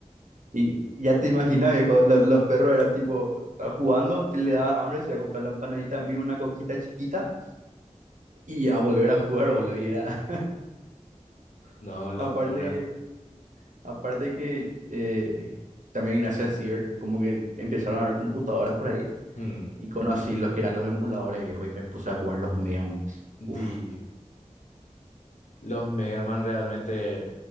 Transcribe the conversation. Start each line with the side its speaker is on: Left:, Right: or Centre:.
Right: Y ya te imaginas, viejo, lo- los perros eran tipo, estaba jugando, te le daba hambre, se iba a comprar la empanadita a mil, una coquita chiquita, y a volver a jugar, boludo. Y era,
Left: No,
Right: <laughs>
Left: locura.
Right: aparte que, aparte que, eh, también gracias al ciber, como que empezaron a haber computadoras por ahí,
Left: Hmm.
Right: y conocí los que eran los emuladores, viejo, y me puse a jugar los Mega Man. Uf.
Left: Di, los Mega Man realmente...